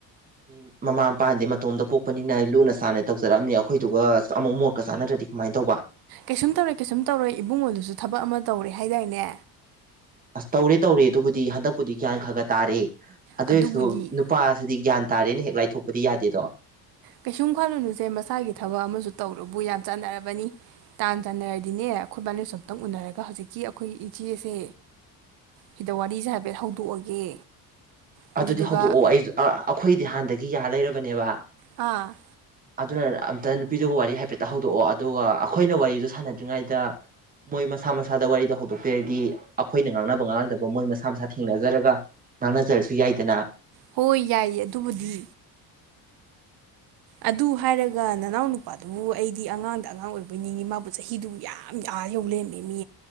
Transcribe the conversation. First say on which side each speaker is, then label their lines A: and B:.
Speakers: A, on the right; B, on the right.
A: ꯃꯤ ꯃꯃꯥ ꯃꯄꯥꯗꯤ ꯃꯇꯣꯝꯗ ꯄꯣꯛꯄꯅꯤꯅ ꯂꯨꯅ ꯆꯥꯟꯅꯩ ꯇꯧꯖꯔꯛꯑꯅꯤ ꯑꯩꯈꯣꯏ ꯑꯗꯨꯒ ꯑꯃꯨꯛ ꯃꯣꯠꯀ ꯆꯥꯟꯅꯗ꯭ꯔꯗꯤ ꯀꯃꯥꯏꯅ ꯇꯧꯕ
B: ꯀꯩꯁꯨꯝ ꯇꯧꯔꯦ ꯀꯩꯁꯨꯝ ꯇꯧꯔꯣꯏ ꯏꯕꯨꯡꯉꯣꯟꯗꯨꯁꯨ ꯊꯕꯛ ꯑꯃ ꯇꯧꯔꯦ ꯍꯥꯏꯗꯥꯏꯅꯦ
A: ꯑꯁ ꯇꯧꯔꯦ ꯇꯧꯔꯦ ꯑꯗꯨꯕꯨꯗꯤ ꯍꯟꯗꯛꯄꯨꯗꯤ ꯒ꯭ꯌꯥꯟ ꯈꯔ ꯈ ꯇꯥꯔꯦ ꯑꯗꯨꯑꯣꯏꯁꯨ
B: ꯑꯗꯨꯕꯨꯗꯤ
A: ꯅꯨꯄꯥꯁꯤꯗꯤ ꯒ꯭ꯌꯥꯟ ꯇꯥꯔꯦꯅ ꯍꯦꯛ ꯂꯥꯏꯊꯣꯛꯄꯗꯤ ꯌꯥꯗꯦꯗꯣ
B: ꯀꯩꯁꯨꯝ ꯈꯜꯂꯨꯅꯨꯁꯦ ꯃꯁꯥꯒꯤ ꯊꯕꯛ ꯑꯃꯁꯨ ꯇꯧꯔꯨꯕꯨ ꯌꯥꯝ ꯆꯥꯟꯅꯔꯕꯅꯤ ꯇꯥꯟ ꯆꯥꯟꯅꯔꯗꯤꯅꯦ ꯑꯩꯈꯣꯏꯕꯥꯅꯁꯨ ꯑꯝꯨꯛꯇꯪ ꯎꯅꯔꯒ ꯍꯧꯖꯤꯛꯀꯤ ꯑꯩꯈꯣꯏꯒꯤ ꯏꯆꯦ ꯑꯁꯦ ꯁꯤꯗ ꯋꯥꯔꯤꯁꯦ ꯍꯥꯏꯐꯦꯠ ꯍꯧꯗꯣꯛꯑꯒꯦ ꯑꯗꯨꯗꯨꯒ
A: ꯑꯗꯨꯗꯤ ꯍꯧꯗꯣꯛꯑꯣ ꯑꯩꯁꯨ ꯑꯩꯈꯣꯏꯗꯤ ꯍꯥꯟꯅꯗꯒꯤ ꯌꯥ ꯂꯩꯔꯕꯅꯦꯕ
B: ꯑꯥ
A: ꯑꯗꯨ ꯑꯗꯨꯅ ꯅꯨꯄꯤꯗꯨꯒ ꯋꯥꯔꯤ ꯍꯥꯏꯐꯦꯠꯇ ꯍꯧꯗꯣꯛꯑꯣ ꯑꯗꯨꯒ ꯑꯩꯈꯣꯏꯅ ꯋꯥꯔꯤꯗꯣ ꯁꯥꯟꯅꯗ꯭ꯔꯤꯉꯩꯗ ꯃꯣꯏ ꯃꯁꯥ ꯃꯁꯥꯗ ꯋꯥꯔꯤꯗ ꯍꯧꯗꯣꯛꯄꯤꯔꯗꯤ ꯑꯩꯈꯣꯏꯅ ꯉꯥꯡꯅꯕ ꯉꯥꯡꯅꯗꯕ ꯃꯣꯏ ꯃꯁꯥ ꯃꯁꯥ ꯊꯦꯡꯅꯖꯔꯒ ꯉꯥꯡꯅꯖꯔꯁꯨ ꯌꯥꯏꯗꯅ
B: ꯍꯣꯏ ꯌꯥꯏꯌꯦ ꯑꯗꯨꯕꯨꯗꯤ ꯑꯗꯨ ꯍꯥꯏꯔꯒ ꯅꯅꯥꯎ ꯅꯨꯄꯥꯗꯨꯕꯨ ꯑꯩꯗꯤ ꯑꯉꯥꯡꯗ ꯑꯉꯥꯡ ꯑꯣꯏꯕꯣꯏ ꯅꯤꯡꯉꯤ ꯃꯥꯕꯨ ꯆꯍꯤꯗꯨꯕꯨ ꯌꯥꯝ ꯌꯥꯎ ꯑꯥ ꯌꯧ ꯂꯩꯃꯦꯃꯦ